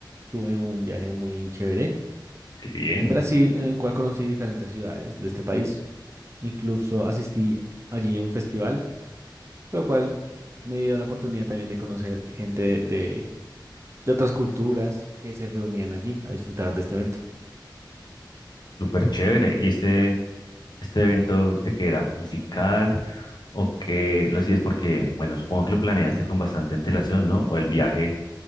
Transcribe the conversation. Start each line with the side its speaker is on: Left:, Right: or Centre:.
Right: tuve un viaje muy chévere
Left: Qué bien,
Right: en Brasil, en el cual conocí diferentes ciudades de este país. Incluso asistí allí a un festival, por lo cual me dio la oportunidad también de conocer gente de, de otras culturas que se reunían allí a disfrutar de este evento.
Left: súper chévere. ¿Y este, este evento de qué era? ¿Musical o qué lo hacías? Porque, bueno, supongo que lo planeaste con bastante antelación, ¿no? O el viaje